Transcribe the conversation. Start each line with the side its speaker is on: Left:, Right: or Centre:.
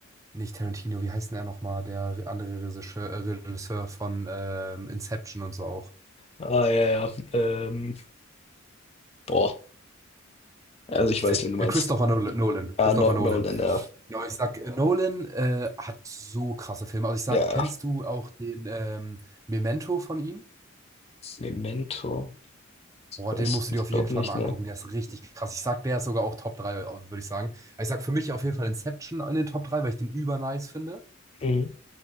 Right: nicht Tarantino, wie heißt denn er nochmal? Der andere Regisseur, äh, Regisseur von ähm, Inception und so auch.
Left: Ah, ja, ja. Ähm, boah, also ich
Right: Fällt-
Left: weiß, wen du
Right: äh,
Left: meinst.
Right: Christopher Nol- Nolan.
Left: Ah,
Right: Christopher
Left: no,
Right: Nolan.
Left: Nolan, ja.
Right: Genau, ich sag, äh, Nolan äh, hat so krasse Filme. Also ich sag,
Left: Ja,
Right: kennst
Left: ja.
Right: du auch den ähm, Memento von ihm?
Left: Memento. Ich
Right: Boah,
Left: weiß,
Right: den musst du
Left: ich
Right: dir auf
Left: glaube
Right: jeden Fall
Left: nicht,
Right: mal
Left: ne?
Right: angucken. Der ist richtig krass. Ich sag, der ist sogar auch Top 3, äh, würde ich sagen. Ich sag für mich auf jeden Fall Inception in den Top 3, weil ich den über nice finde.
Left: Mhm.